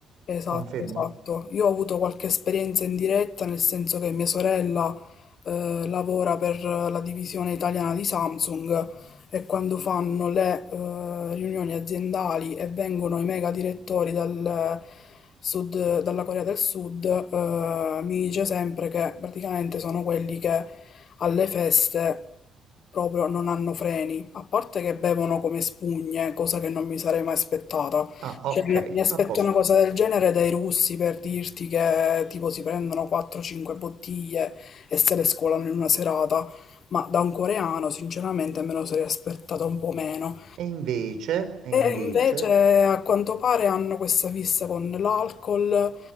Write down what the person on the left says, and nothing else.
Esatto,
esatto. Io ho avuto qualche esperienza in diretta, nel senso che mia sorella eh, lavora per la divisione italiana di Samsung e quando fanno le eh, riunioni aziendali e vengono i mega direttori dal sud, dalla Corea del Sud, eh, mi dice sempre che praticamente sono quelli che alle feste proprio non hanno freni, a parte che bevono come spugne, cosa che non mi sarei mai aspettata.
Cioè, mi mi aspetto
una cosa del genere dai russi per dirti che tipo si prendono 4-5 bottiglie e se le scolano in una serata, ma da un coreano sinceramente me lo sarei aspettata un po' meno.
E
invece a quanto pare hanno questa fissa con l'alcol,